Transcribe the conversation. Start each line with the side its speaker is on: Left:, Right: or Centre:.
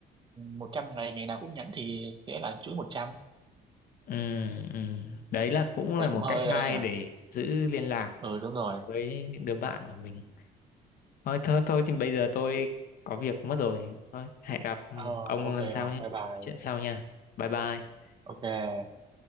Right: một trăm ngày ngày nào cũng nhắn thì sẽ là chuỗi một trăm
Left: Ừ, ừ. Đấy là cũng
Right: thấy
Left: là một
Right: cũng hơi
Left: cách
Right: ấy
Left: hay
Right: nhỉ
Left: để giữ liên lạc
Right: ừ đúng rồi
Left: với những đứa bạn của mình thôi thôi thôi thì bây giờ tôi có việc mất rồi thôi hẹn gặp ừ,
Right: Ờ,
Left: ông
Right: ok
Left: lần sau
Right: không
Left: nhé
Right: bye
Left: mình
Right: bye
Left: nói chuyện sau nha bye bye
Right: ok